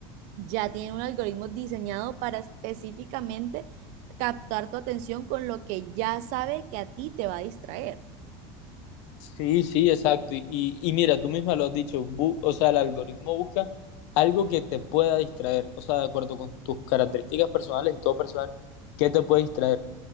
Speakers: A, on the right; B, on the left.
A: ya tienen un algoritmo diseñado para específicamente captar tu atención con lo que ya sabe que a ti te va a distraer.
B: Sí, sí, exacto. Y, y, y mira, tú misma lo has dicho, bu- o sea, el algoritmo busca algo que te pueda distraer, o sea, de acuerdo con tus características personales y todo personal, que te puede distraer.